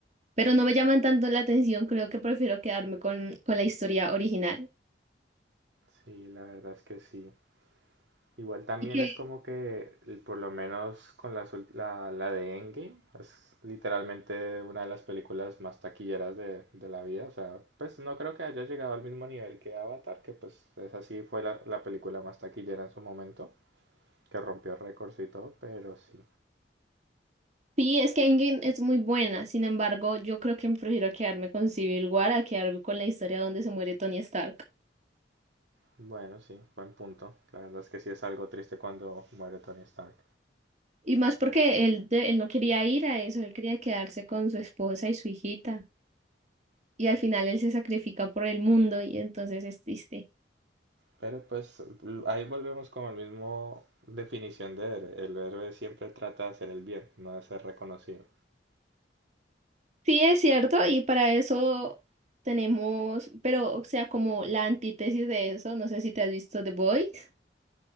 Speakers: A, on the right; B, on the right.
A: Pero no me llaman tanto la atención. Creo que prefiero quedarme con, con la historia original.
B: sí, la verdad es que sí. Igual también
A: Y que
B: es como que, l- por lo menos con las ul- la, la, de Endgame, es literalmente una de las películas más taquilleras de, de la vida. O sea, pues no creo que haya llegado al mismo nivel que Avatar, que pues esa sí fue la, la película más taquillera en su momento, que rompió récords y todo, pero sí.
A: sí, es que Endgame es muy buena. Sin embargo, yo creo que prefiero quedarme con Civil War a quedarme con la historia donde se muere Tony Stark.
B: Bueno, sí, buen punto. La verdad es que sí es algo triste cuando muere Tony Stark.
A: Y más porque él, de- él no quería ir a eso, él quería quedarse con su esposa y su hijita. Y al final él se sacrifica por el mundo y entonces es triste.
B: Pero pues l- ahí volvemos con la mismo definición de héroe. El héroe siempre trata de hacer el bien, no de ser reconocido.
A: Sí, es cierto, y para eso tenemos, pero o sea, como la antítesis de eso, no sé si te has visto The Boys.